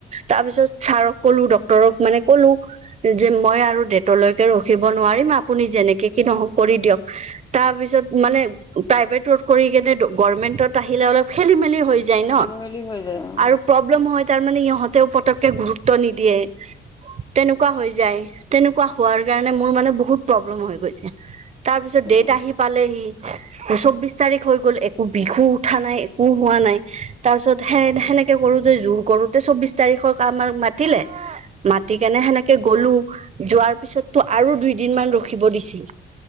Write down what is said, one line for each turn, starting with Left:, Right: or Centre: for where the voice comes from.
Right: তাৰ পিছত ছাৰক ক'লো ডক্তৰক মানে ক'লো যে মই আৰু ডেটলৈকে ৰখিব নোৱাৰিম, আপুনি যেনেকে কি নহওক কৰি দিয়ক। তাৰ পিছত মানে প্ৰাইভেটত কৰি কেনে গভমেন্টত আহিলে অলপ খেলি মেলি হৈ যায় ন
Left: খেলি মেলি হৈ যায় অঁ
Right: আৰু প্ৰব্লেম হয়, তাৰমানে ইহঁতেও পতককে গুৰুত্ব নিদিয়ে। তেনেকুৱা হৈ যায়, তেনেকুৱা হোৱাৰ কাৰণে মোৰ মানে বহুত প্ৰব্লেম হৈ গৈছে। তাৰ পিছত
Left: অঁ
Right: ডেট আহি পালেহি চৌবিশ তাৰিখ হৈ গ'ল একো বিষো উঠা নাই একো হোৱা নাই, তাৰ পিছত সেই সেনেকে কৰোঁতে জোৰ কৰো ত' চৌবিশ তাৰিখৰ কাম মাতিলে, মাতি কেনে সেনেকে গ'লো। যোৱাৰ পিছত তো আৰু দুইদিনমান ৰখিব দিছিল।